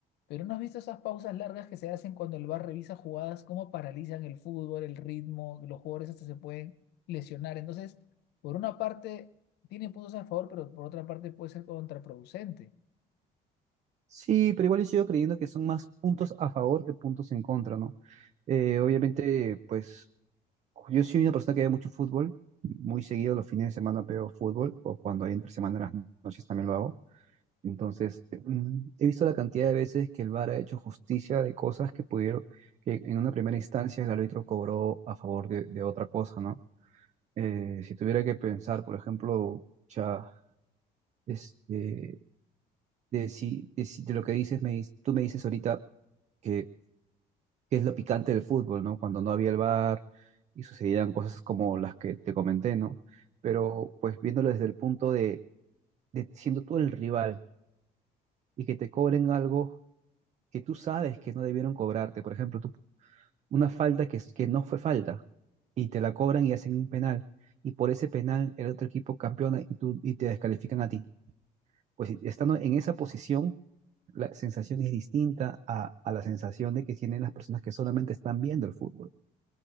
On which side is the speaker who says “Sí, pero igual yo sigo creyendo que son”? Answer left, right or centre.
Right